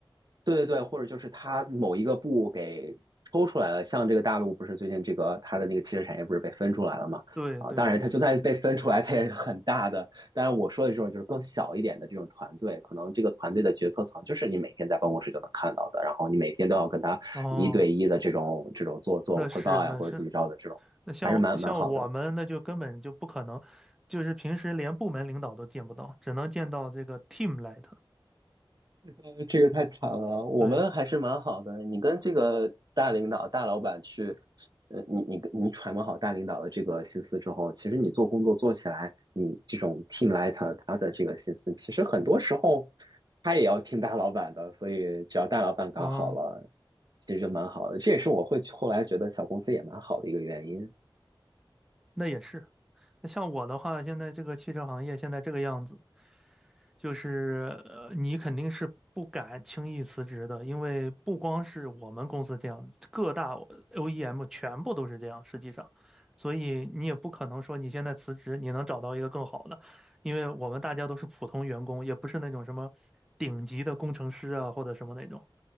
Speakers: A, on the right; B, in the centre.
A: 对对对，或者就是它某一个部给抽出来了，像这个大陆不是最近这个它的那个汽车产业不是被分出来了嘛？
B: 对对对。
A: 啊，当然它就算被分出来，它也是很大的。当然我说的这种就是更小一点的这种团队，可能这个团队的决策层就是你每天在办公室就能看到的，然后你每天都要跟他一对一的这种这种做做汇报呀，
B: 哦，那是那是，
A: 或者怎么着的这种，
B: 那像像我们那就根本就不可能，
A: 还是蛮蛮好的。
B: 就是平时连部门领导都见不到，只能见到这个 team lead。
A: 呃，这个太惨了，我们还是蛮好的。
B: 对，
A: 你跟这个大领导、大老板去，呃，你你跟你揣摩好大领导的这个心思之后，其实你做工作做起来，你这种 team lead 他的这个心思，其实很多时候他也要听大老板的，所以只要大老板搞好了，
B: 嗯。
A: 其实就蛮好的。这也是我会后来觉得小公司也蛮好的一个原因。
B: 那也是。那像我的话，现在这个汽车行业现在这个样子，就是呃，你肯定是不敢轻易辞职的，因为不光是我们公司这样，各大 OEM 全部都是这样，实际上，所以你也不可能说你现在辞职，你能找到一个更好的，因为我们大家都是普通员工，也不是那种什么顶级的工程师啊或者什么那种。